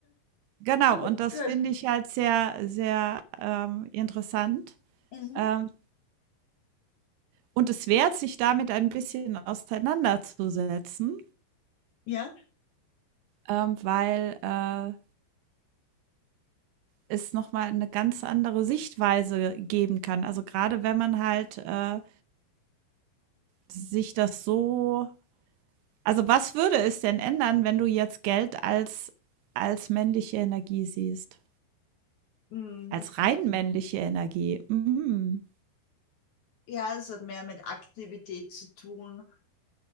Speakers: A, on the right (about 80°); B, on the left (about 60°).
A: Genau,
B: Gut,
A: und das
B: gut.
A: finde ich halt sehr, sehr, ähm, interessant.
B: Mhm.
A: Ähm, und es wert, sich damit ein bisschen auseinanderzusetzen,
B: Ja.
A: ähm, weil, äh, es noch mal 'ne ganz andere Sichtweise geben kann. Also, gerade wenn man halt, äh, sich das so also, was würde es denn ändern, wenn du jetzt Geld als als männliche Energie siehst?
B: Mhm.
A: Als rein männliche Energie. Mhm.
B: Ja, es hat mehr mit Aktivität zu tun,